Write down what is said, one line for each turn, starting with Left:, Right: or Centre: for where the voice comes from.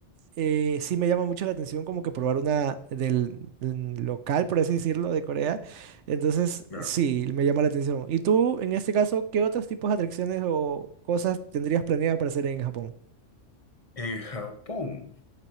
Right: eh, sí me llama mucho la atención como que probar una del, mm, local, por así decirlo, de Corea. Entonces,
Left: Claro.
Right: sí, me llama la atención. ¿Y tú, en este caso, qué otros tipos de atracciones o cosas tendrías planeado para hacer en Japón?
Left: En Japón.